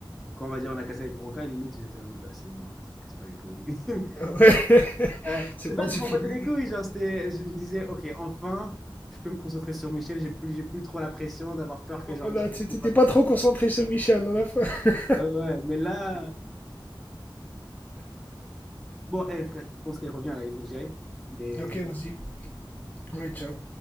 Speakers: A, in the centre; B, on the left.
A: quand on va dire on a cassé avec Franca, limite j'étais en mode ah, c'est bon, vas-y, me casse pas les couilles. <laughs>
B: Ouais, <laughs>
A: Euh,
B: c'est
A: c'est pas
B: bon,
A: que
B: c'est
A: je m'en
B: fini.
A: battais les couilles, genre c'était je me disais OK, enfin, je peux me concentrer sur Michel, j'ai plus j'ai plus trop la pression d'avoir peur que genre
B: Voilà,
A: Michel
B: tu-
A: ne
B: t'étais
A: comprenne
B: pas
A: pas.
B: trop concentré sur Michel à la fin. <laughs>
A: Ouais, ouais, mais là bon, eh, frère, je pense qu'elle revient là, il faut que j'y aille. Mais
B: Ok, vas-y. Ouais, ciao.